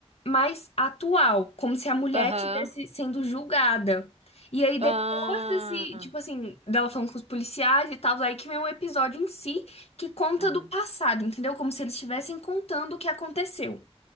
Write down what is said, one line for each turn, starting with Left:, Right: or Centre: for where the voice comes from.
Left: mais atual, como se a mulher
Right: Aham.
Left: estivesse sendo julgada. E aí, depois
Right: Ah,
Left: desse, tipo assim, dela falando com os policiais e tal, aí que vem um episódio em si que conta
Right: aham.
Left: do passado, entendeu? Como se eles estivessem contando o que aconteceu.